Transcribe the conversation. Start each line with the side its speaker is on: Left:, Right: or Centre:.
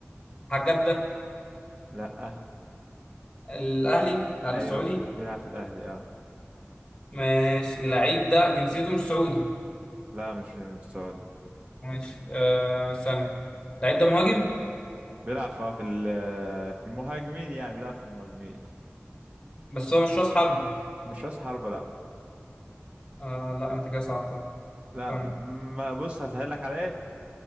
Left: حاج جدة
Right: لا
Left: الأهلي الأهلي
Right: ايوه
Left: السعودي
Right: بيلعب في الاهلي اه
Left: ماشي اللعيب ده جنسيته مش سعودي
Right: لا مش مش سعودي
Left: ماشي آه ثانية اللعيب ده مهاجم
Right: بيلعب في آه، في ال- في المهاجمين يعني بيلعب في المهاجمين
Left: بس هو مش راس حربة
Right: مش راس حربة لا
Left: آه لا انت كده صعبتها
Right: لا
Left: ثانية
Right: ما بص هسهل لك على ايه